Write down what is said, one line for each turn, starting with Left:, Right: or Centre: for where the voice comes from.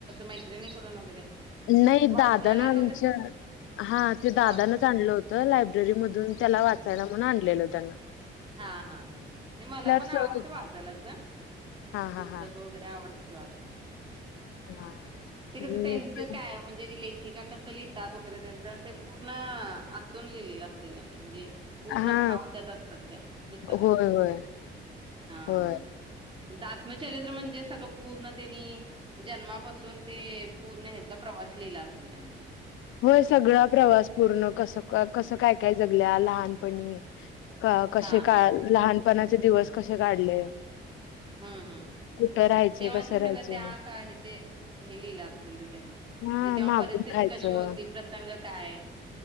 Right: मैत्रिणीकडून वगैरे?
Left: नाही..
Right: वाचनालयात
Left: दादान आमच्या
Right: वगैरे
Left: हा ते दादानच
Right: हा
Left: आणलं
Right: हा
Left: होतं लायब्ररी मधून त्याला वाचायला. म्हणुन आणलेल त्यांन.
Right: हा हा हा. नइ मला पण
Left: सहज
Right: आवडतं वाचायला असं.
Left: हा हा
Right: पुस्तक
Left: हा
Right: वगरे आवडतं. <unintelligible>
Left: हा
Right: ते
Left: मी
Right: कसं त्यांचं
Left: पण
Right: काय म्हणजे की का कसं लिहितात वगरे त्यांच, ते पूर्ण आतून लिहिलेलं असतं त्यांनी म्हणजे पूर्ण
Left: हा
Right: भाव त्यात असतात त्या पुस्तकात.
Left: होय होय
Right: हा
Left: होय
Right: त्यांचं आत्मचरित्र म्हणजे सगळं पूर्णतेनी जन्मापासून ते पूर्ण ह्याचा प्रवास लिइला असेल त्यामध्ये.
Left: होय सगळा प्रवास पूर्ण कसं का कसं काय काय जगल्या लहानपणी. का कशे
Right: हा हा
Left: काय?
Right: हा
Left: लहानपणा ते दिवस कशे काढले?
Right: ह्म्म ह्म्म..
Left: कुठं राहायचे
Right: तेव्हाचं
Left: कसं राहायचे
Right: सगळं त्या काळचे हे लिहिलं असतील त्यांनी.
Left: हा
Right: जे तेव्हा
Left: मागून
Right: परिस्थिती
Left: खायचं
Right: क कशी होती? प्रसंग काय?